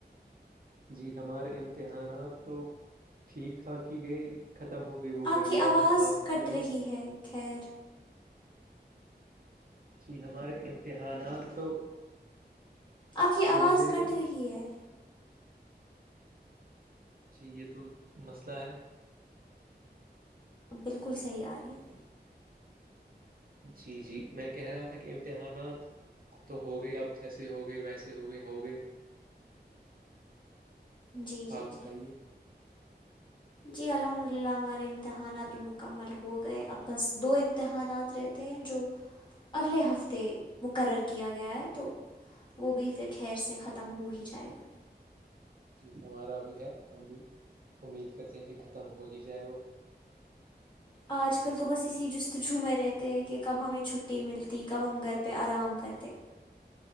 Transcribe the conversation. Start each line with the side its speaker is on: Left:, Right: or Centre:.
Right: جی ہمارے امتحانات تو ٹھیک ٹھاک ہی گئی ختم ہو- وہ
Left: آپ
Right: بڑی
Left: کی
Right: بات
Left: آواز
Right: ہے آپ بتائیے-
Left: کٹ رہی ہے خیر
Right: جی ہمارے امتحانات تو-
Left: اب کی آواز
Right: ہو گئے
Left: کٹ رہی ہے-
Right: جی یہ تو مسئلہ ہے-
Left: بالکل صحیح آ رہی ہے-
Right: جی- جی میں کہہ رہا تھا کہ امتحانات تو ہو گئی اب جیسے ہو گئے ویسے ہو گئے ہو گئے-
Left: جی- جی
Right: آپ بتائیے
Left: -جی- جی الحمد للہ ہمارے امتحانات بھی مکمل ہو گئے اب بس دو امتحانات رہ- ہیں جو اگلے ہفتے مقرر کیا گیا ہے تو- وہ بھی پھر خیر سے ختم ہو ہی جائے گا-
Right: جی ہمارا بھی ہے ہم بھی امید کرتے ہیں کہ ختم ہو ہی جائے وہ-
Left: آج کل تو بس اسی جستجووم میں رہتے ہیں کہ کب ہمیں چھٹی ملتی کب ہم گھر پہ آرام کرتے- ت